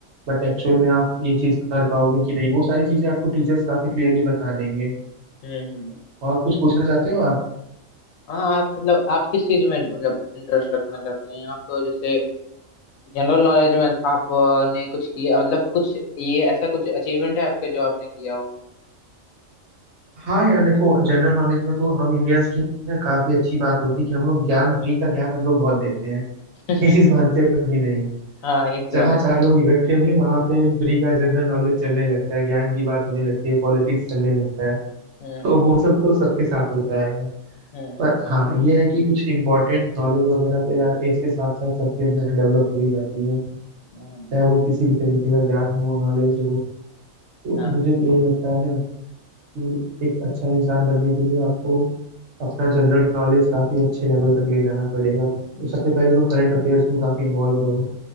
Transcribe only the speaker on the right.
बट एक्चुअल में आप ये चीज कर पाओगे कि नहीं वो सारी चीजें आपको टीचर्स काफी क्लियरली बता देंगे
और कुछ पूछना चाहते हो आप
हाँ यार देखो जनरल नॉलेज में तो हम इंडियंस की ना काफी अच्छी बात होती है कि हम लोग ज्ञान फ्री का ज्ञान हम लोग बहुत देते हैं
ये चीज मानते हो कि नहीं
जहाँ
चार
लोग इकट्ठे हुए वहां पे फ्री का जनरल नॉलेज चलने लगता है ज्ञान की बात होने लगती है पॉलिटिक्स चलने लगता है
तो वो सब तो सबके साथ होता है
पर हाँ ये है कि कुछ इम्पोर्टेंट नॉलेज वगैरह तो यार एज के साथ साथ सबके अंदर डेवलप हो ही जाती है
चाहे वो किसी भी तरीके का ज्ञान हो नॉलेज हो तो
मुझे तो यही लगता है ना कि एक अच्छा इंसान बनने के लिए आपको अपना जनरल नॉलेज काफी अच्छे लेवल तक ले जाना पड़ेगा सबसे पहले तो करंट अफेयर्स में काफी इन्वॉल्व रहो